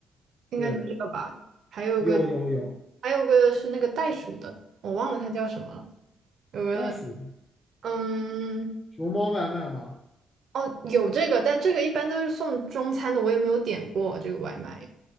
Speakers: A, on the right; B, on the left.
A: 应该就这个吧，
B: 对，
A: 还有个
B: 有有有，
A: 还有个是那个袋鼠的，我忘了它叫什么了。有个，
B: 袋鼠
A: 嗯，
B: 熊猫外卖吗？
A: 哦，有这个，但这个一般都是送中餐的，我也没有点过这个外卖。